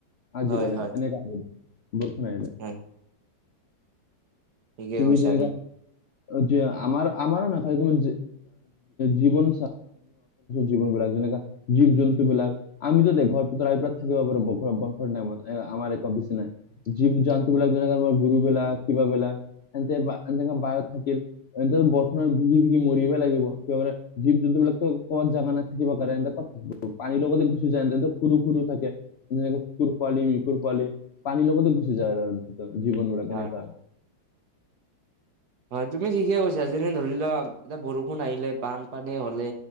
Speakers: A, on the left (about 85°); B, on the right (about 60°).
A: আজিকালি
B: হয় হয়
A: এনেকা বৰষুণ আহিলে।
B: হয় ঠিকেই
A: তুমি
B: কৈছা
A: যেনেকা- যে আমাৰ আমাৰ নেথাকিলে জীৱন জীৱন বিলাক যেনেকা- জীৱ জন্তু বিলাক আমিতো দে ঘৰ- তই থাকিব পাৰ বৰষুণ নাই আমাৰ এক বিচি নাই। জীৱ জন্তুবিলাক যেনেকে তোমাৰ গৰুবিলাক কিবা বিলাক হেঁতে এ বাহিৰত থাকিল। এনে বৰষুণত ভিজী ভিজী মৰিব লাগিব কি জীৱ জন্তুবিলাতো কত জাগা নথাকিব কাৰণ এনে কত থাকিব। পানী লগতে গুচি যায় এনেটো। সৰু সৰু থাকে যেনেকৈ কুকুৰ পোৱালি মিকুৰ পোৱালি পানীৰ লগতে গোচি যায় আৰু। জীৱনবিলাক
B: হয়।
A: অনেকা।
B: হয় তুমি ঠিকে কৈছা যেনে ধৰি লোৱা এতিয়া বৰষুণ আহিলে বানপানী হলে।